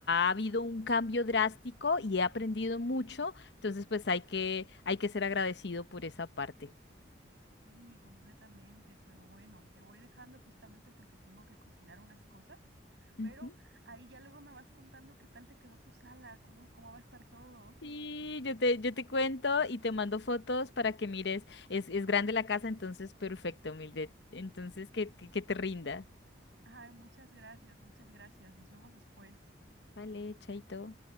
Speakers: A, on the left; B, on the right.
A: ha habido un cambio drástico y he aprendido mucho. Entonces, pues hay que, hay que ser agradecido por esa parte.
B: Sí, completamente, pero bueno, te voy dejando justamente porque tengo que cocinar unas cosas, pero
A: Ujú.
B: ahí ya luego me vas contando qué tal te quedó tu sala, cómo, cómo va a estar todo.
A: Sí, yo te, yo te cuento y te mando fotos para que mires. Es, es grande la casa, entonces perfecto, Mildred. Entonces que, que, que te rinda.
B: Ay, muchas gracias, muchas gracias. Nos vemos después.
A: Vale, chaito.